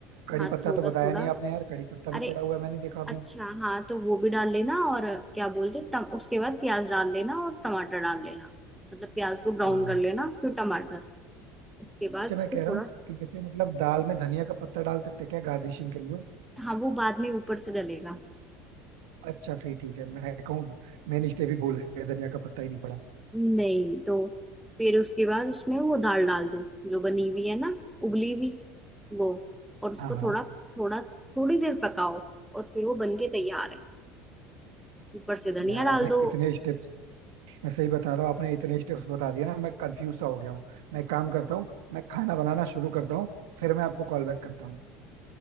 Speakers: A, on the right (about 80°); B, in the centre.
A: कड़ी
B: हाँ
A: पत्ता
B: थोड़ा
A: तो बताया
B: थोड़ा
A: नहीं आपने यार कड़ी पत्ता भी
B: अरे
A: पड़ा हुआ है मैंने देखा अभी
B: अच्छा हाँ तो वो भी डाल लेना और क्या बोलते हैं, टम, उसके बाद प्याज डाल लेना और टमाटर डाल लेना मतलब प्याज को ब्राउन
A: हाँ
B: कर लेना फिर टमाटर उसके बाद
A: अच्छा
B: उसको
A: मैं कह रहा
B: थोड़ा
A: हूँ कि जैसे मतलब दाल में धनिया का पत्ता डाल सकते हैं क्या गार्निशिंग के लिए
B: हाँ वो बाद में ऊपर से डलेगा
A: अच्छा फिर ठीक है मैं कहूँ मैंने स्टेप ही भूल गया धनिया का पत्ता ही नहीं पड़ा
B: नहीं तो फिर उसके बाद उसमें वो दाल डाल दो जो बनी हुई है ना उबली हुई वो और उसको
A: हाँ हाँ
B: थोड़ा थोड़ा थोड़ी देर पकाओ और फिर वो बन के तैयार है ऊपर से धनिया
A: यार
B: डाल
A: आपने
B: दो
A: इतने स्टेप मैं सही बता रहा हूँ आपने इतने स्टेप्स बता दिए ना मैं कंफ्यूज सा हो गया हूँ मैं एक काम करता हूँ मैं खाना बनाना शुरू करता हूँ फिर मैं आपको कॉल बैक करता हूँ